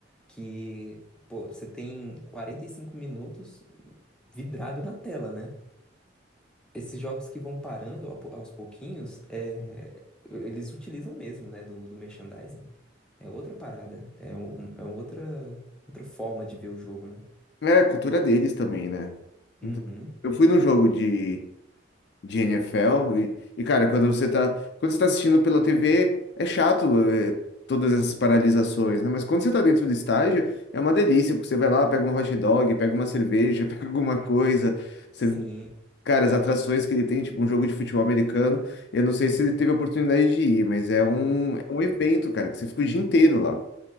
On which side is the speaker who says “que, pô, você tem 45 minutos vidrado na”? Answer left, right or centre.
Centre